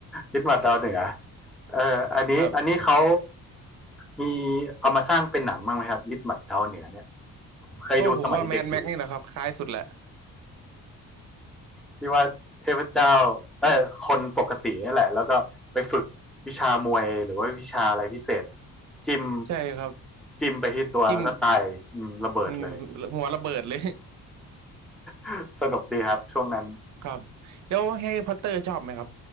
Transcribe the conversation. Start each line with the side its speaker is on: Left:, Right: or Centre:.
Centre: ยึดมาดาวเหนือเอออันนี้อันนี้เขา
Right: ครับ
Centre: มีเอามาสร้างเป็นหนังบ้างไหมครับนิดหมัดดาวเหนือเนี่ยผมเคยดูสมัยเด็กอยู่
Right: ก็ผมว่าแมนแม็กนี่แหละครับคล้ายสุดแหละ
Centre: ที่ว่าเทพเจ้าเออคนปกตินี่แหละแล้วก็ไปฝึกวิชามวยหรือว่าวิชาอะไรพิเศษจิ้ม
Right: ใช่ครับ
Centre: จิ้มไปที่ตัวแล้วก็ตายอืมระเบิดเลย
Right: จิ้มอืมหัวระเบิดเลย
Centre: <laughs> สนุกดีครับช่วงนั้น
Right: <laughs> ครับแล้วแฮร์รี่พอตเตอร์ชอบไหมครับ